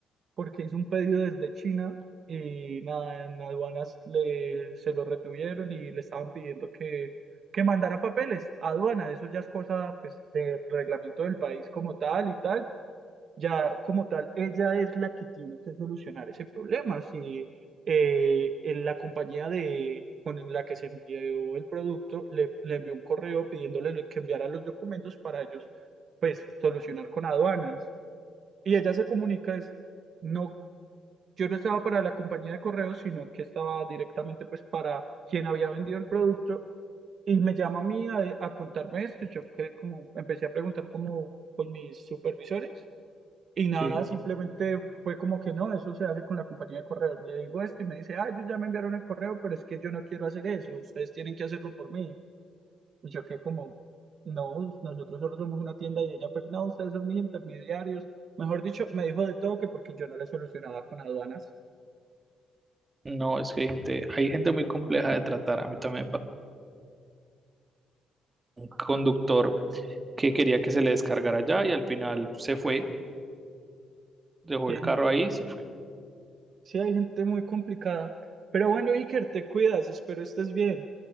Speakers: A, on the right (about 55°); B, on the right (about 25°).
A: porque hizo un pedido desde China y nada, en aduanas le, se lo retuvieron y le estaban pidiendo que, que mandara papeles a aduana. Eso ya es cosa pues, del reglamento del país como tal y tal. Ya como tal, ella es la que tiene que solucionar ese problema. Si eh, en la compañía de, con la que se envió el producto le, le envió un correo pidiéndole que enviara los documentos para ellos, pues, solucionar con aduanas. Y ella se comunica, es, no yo no estaba para la compañía de correos, sino que estaba directamente pues para quien había vendido el producto y me llama a mí a, a contarme esto y yo que como empecé a preguntar como con mis supervisores y nada,
B: Sí,
A: simplemente fue como que no, eso se hace con la compañía de correos. Le digo esto y me dice, ah, ellos ya me enviaron el correo, pero es que yo no quiero hacer eso, ustedes tienen que hacerlo por mí. Y yo que como, no, nosotros solo somos una tienda y ella, pues no, ustedes son mis intermediarios. Mejor dicho, me dijo de todo que porque yo no le solucionaba con aduanas.
B: no, es que hay gente, hay gente muy compleja de tratar. A mí también me pasó un conductor que quería que se le descargara allá y al final se fue, dejó
A: Sí,
B: el carro
A: no,
B: ahí y se fue.
A: Sí, hay gente muy complicada. Pero bueno, Iker, te cuidas, espero estés bien.